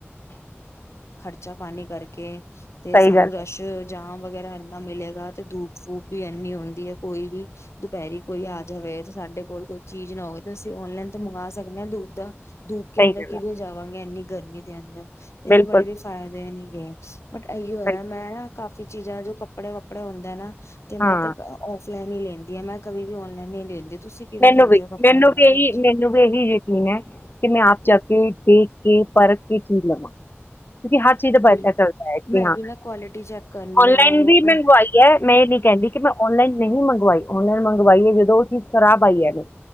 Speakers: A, on the left; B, on the left.
A: <unintelligible> ਕੱਚਾ ਪਾਣੀ ਕਰਕੇ, ਤੇ
B: ਸਹੀ
A: ਸਾਨੂੰ
B: ਗੱਲ
A: ਰਸ਼
B: ਹੈ
A: ਜਾਂ, ਵਗੈਰਾ ਇੰਨਾ ਮਿਲੇਗਾ ਤੇ ਧੁੱਪ ਫੂਪ ਵੀ ਇੰਨੀ ਹੁੰਦੀ ਹੈ, ਕੋਈ ਵੀ ਦੁਪਹਿਰੀ ਕੋਈ ਆ ਜਾਵੇ, ਤੇ ਸਾਡੇ ਕੋਲ ਕੋਈ ਚੀਜ਼ ਨਾ ਹੋਵੇ ਤੇ ਅਸੀਂ ਆਨਲਾਈਨ ਤੇ ਮੰਗਵਾ ਸਕਦੇ ਹਾਂ। ਧੁੱਪ ਦਾ ਧੁੱਪ
B: ਸਹੀ
A: ਕੇ ਅੰਦਰ
B: ਗੱਲ
A: ਕਿਵੇਂ
B: ਹੈ
A: ਜਾਵਾਂਗੇ ਇੰਨੀ, ਗਰਮੀ ਦੇ ਅੰਦਰ, ਤੇ
B: ਬਿਲਕੁਲ
A: ਬੜੇ <unintelligible> ਫਾਇਦੇ ਨੇ ਗੇਮ ਚ। ਬਟ ਇਹੀ
B: ਸਹੀ
A: ਹੋਇਆ ਮੈਂ, ਕਾਫ਼ੀ ਚੀਜ਼ਾਂ ਜੋ ਕੱਪੜੇ ਵੱਪੜੇ ਹੁੰਦਾ ਨਾ। ਤੇ
B: ਹਾਂ
A: ਮੈਂ ਤੇ ਆਲਾਈਨ ਹੀ ਲੈਂਦੀ ਅ ਮੈਂ ਕੀ ਵੀ ਆਨਲਾਈਨ ਨੀ ਲੈਂਦੀ। ਤੁਸੀਂ ਕਿਵੇਂ
B: ਮੈਨੂੰ
A: ਕਰਦੇ
B: ਵੀ,
A: ਹੋ ਕੱਪੜਿਆਂ
B: ਮੈਨੂੰ
A: ਦਾ
B: ਵੀ ਇਹੀ
A: ਹਾਂਜੀ
B: ਮੈਨੂੰ ਵੀ ਇਹੀ ਯਕੀਨ ਹੈ। ਕਿ ਮੈਂ ਆਪ ਜਾ ਕੇ ਦੇਖ ਕੇ ਪਰਖ ਕੇ ਚੀਜ਼ ਲਵਾਂ। ਕਿਉਂਕਿ ਹਰ ਚੀਜ਼ ਦਾ
A: ਬਿਲਕੁਲ
B: ਬਿਹਤਰ ਚੱਲਦਾ ਹੈ ਕਿ
A: ਮੈਂ
B: ਹਾਂ,
A: ਵੀ ਨਾ ਕੁਆਲਿਟੀ ਚੈੱਕ ਕਰਨੀ
B: ਆਨਲਾਈਨ
A: ਆ ਉਹਨੂੰ
B: ਵੀ
A: ਆਪਣਾ
B: ਮੰਗਵਾਈ ਹੈ ਮੈਂ ਇਹ ਨ ਕਹਿੰਦੀ ਕਿ ਮੈਂ ਆਨਲਾਈਨ- ਨਹੀਂ ਮੰਗਵਾਈ ਉਹਨਾਂ ਨੇ ਮੰਗਵਾਈ ਹੈ ਜਦੋਂ ਉਹ ਚੀਜ਼ ਖਰਾਬ ਆਈ ਹੈ ਨੇ।